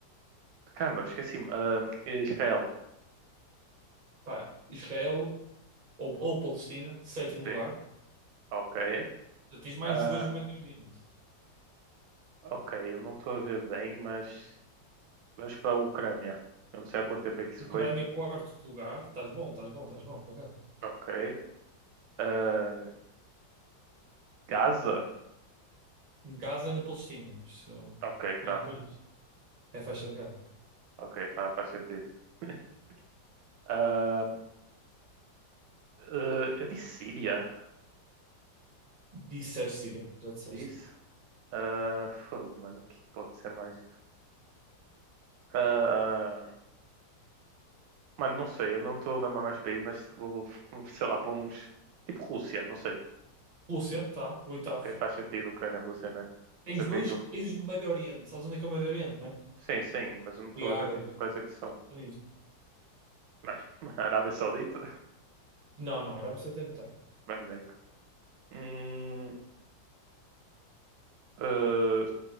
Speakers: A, on the right; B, on the right.
A: caramba, eu esqueci-me. Ah, Israel,
B: Pá, Israel ou, ou Palestina, sétimo
A: sim,
B: lugar.
A: ok.
B: Já tens mais
A: Ah,
B: dois no Médio Oriente.
A: ok, eu não estou a ver bem, mas. Vamos para a Ucrânia. Eu não sei há quanto tempo é que isso
B: Ucrânia,
A: foi.
B: quarto lugar. Estás bom, estás bom, estás bom, por acaso.
A: Ok. Ah, Gaza?
B: Gaza é na Palestina. Isso
A: Ok,
B: não
A: tá.
B: é um país. É faixa de Gaza.
A: Ok, fa- faz sentido. <laughs> Ah, ah, eu disse Síria.
B: Disseste Síria, já disseste.
A: Disse. Ah, fogo, mano, o que pode ser mais? Ah, mano, não sei, eu não estou a lembrar mais países, mas tipo, <laughs> sei lá, para uns. Tipo Rússia, não sei.
B: Rússia, tá, o oitavo.
A: Ah, Ok, faz sentido, Ucrânia e Rússia, né?
B: Tens
A: Não sei
B: dois
A: porque é que eu.
B: países no Médio Oriente. Sabes onde é que é o Médio Oriente, né?
A: Sim, sim, mas eu não estou
B: E árabe.
A: a ver tipo quais é que são.
B: É nisto.
A: Mano, <laughs> Arábia Saudita?
B: Não, não, Arábia Saudita não tem.
A: Mano, é que. Hum, ah,